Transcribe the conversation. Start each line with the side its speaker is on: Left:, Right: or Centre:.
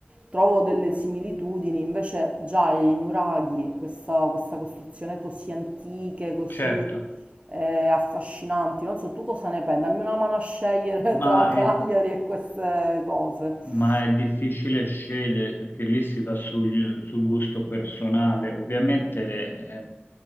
Right: trovo delle similitudini, invece già i nuraghi, questa, questa costruzione così antiche, così
Left: certo.
Right: eh, affascinanti, non so tu cosa ne pensi, dammi una mano a scegliere <laughs> tra
Left: Ma
Right: Cagliari
Left: eh,
Right: e queste cose.
Left: Ma è difficile scegliere perché lì si va sul, sul gusto personale. Ovviamente eh,